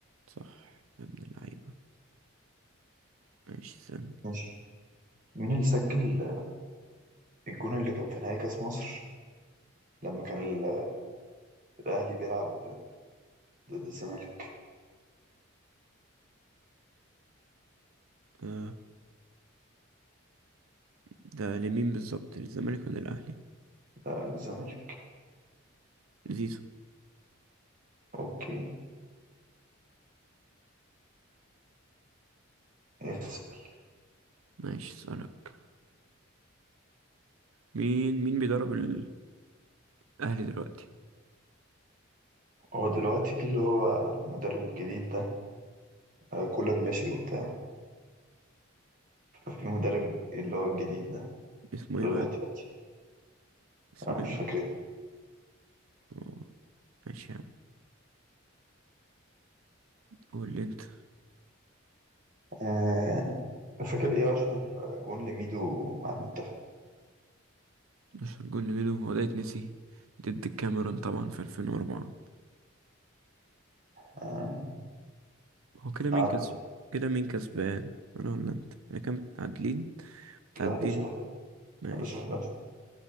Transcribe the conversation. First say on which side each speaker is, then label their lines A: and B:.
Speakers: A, on the right; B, on the right.
A: صح يا ابن اللعيبة ماشي استنى
B: ماشي مين اللي سجل الجون اللي كان في نهائي كأس مصر لما كان ال- الأهلي بيلعب ضد الزمالك
A: آه ده لمين بالظبط للزمالك ولا الأهلي
B: لا الزمالك
A: زيزو
B: أوكي اسأل
A: ماشي اسألك مين مين بيدرب الأهلي دلوقتي
B: هو دلوقتي في اللي هو المدرب الجديد ده آه، كولر ماشي وبتاع ففي مدرب اللي هو الجديد ده
A: اسمه
B: اللي
A: ايه
B: هو
A: بقى
B: الاحتياطي
A: اسمه
B: أنا
A: ايه
B: مش
A: بقى
B: فاكر اسمه.
A: اه ماشي يا عم قول لي انت
B: آه، فاكر إيه أشهر جون لميدو مع المنتخب
A: مش هرجون لميدو هو ده يتنسي ضد الكاميرون طبعا في 2004
B: آه،
A: هو كده مين
B: قعد
A: كسب كده مين كسبان انا ولا انت احنا كام متعادلين
B: كده
A: متعادلين
B: 11 11
A: ماشي
B: 11 11